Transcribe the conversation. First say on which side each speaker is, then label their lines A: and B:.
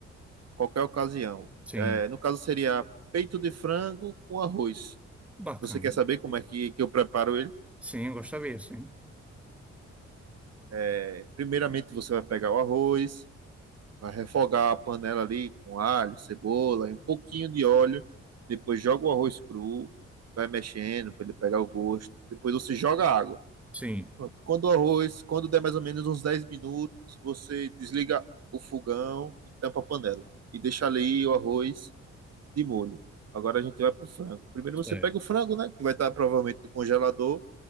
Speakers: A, on the right; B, in the centre.
A: qualquer ocasião.
B: Sim,
A: É, no caso, seria peito de frango com arroz.
B: bacana.
A: Você quer saber como é que, que eu preparo ele?
B: Sim, eu gostaria, sim.
A: É, primeiramente, você vai pegar o arroz, vai refogar a panela ali com alho, cebola, e um pouquinho de óleo. Depois, joga o arroz cru, vai mexendo para ele pegar o gosto. Depois, você joga água.
B: Sim,
A: Pronto. Quando o arroz, quando der mais ou menos uns 10 minutos, você desliga o fogão e tampa a panela. E deixa ali o arroz de molho. Agora a gente vai pro frango. Primeiro
B: certo.
A: você pega o frango, né? Que vai estar provavelmente no congelador.